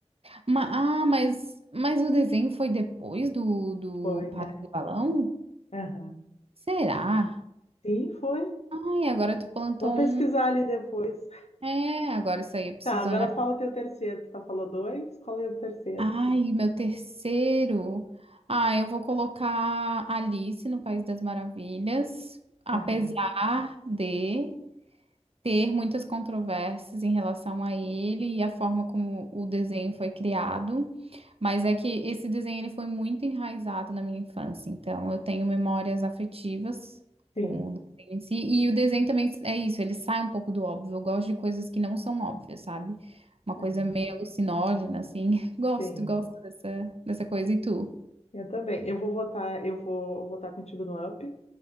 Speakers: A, on the right; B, on the left.
A: Ma- ah, mas, mas o desenho foi depois do, do
B: Foi,
A: Padre
B: é.
A: do Balão?
B: Aham.
A: Será?
B: Sim, foi.
A: Ai, agora tu plantou
B: Vamos
A: um.
B: pesquisar ali depois.
A: É, agora isso aí eu preciso
B: Tá, agora
A: analisar.
B: fala o teu terceiro. Tu tá falou dois? Qual é o terceiro?
A: Ai, meu terceiro. Ah, eu vou colocar Alice no País das Maravilhas, apesar
B: Aham.
A: de. ter muitas controvérsias em relação a ele e a forma como o desenho foi criado, mas é que esse desenho ele foi muito enraizado na minha infância, então eu tenho memórias afetivas
B: Sim.
A: com o desenho em si, e o desenho também é isso, ele sai um pouco do óbvio, eu gosto de coisas que não são óbvias, sabe? Uma
B: É,
A: coisa meio alucinógena, assim, <laughs> gosto,
B: sim.
A: gosto dessa, dessa coisa, e tu?
B: Eu também. Eu vou votar, eu vou votar contigo no Up.